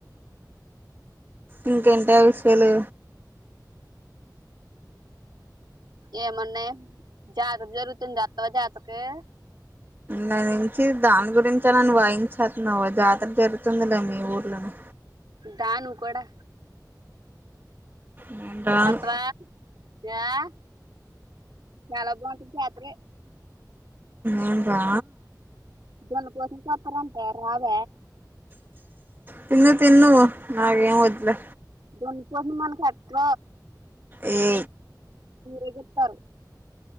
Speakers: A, on the right; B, on the right.
A: ఇంకెంటి విషయాలు
B: ఏమున్నాయి జాతర జరుగుతుంది వస్తావా జాతరికి
A: నాకు తెలిసి దాని గురించి నన్ను వాయించేస్తున్నావు జాతర జరుగుతుందిలే మీ ఊర్లోనే
B: దా ను కూడా
A: నేను రాను
B: వత్తావా ఏయ్ -
A: ఏదా
B: మను కోస సత్తంటే రావ
A: తిన్న తిన్న నాకేం వద్లే
B: దొన్ పొన్మానఖట్క
A: ఈ
B: ేగిస్తారు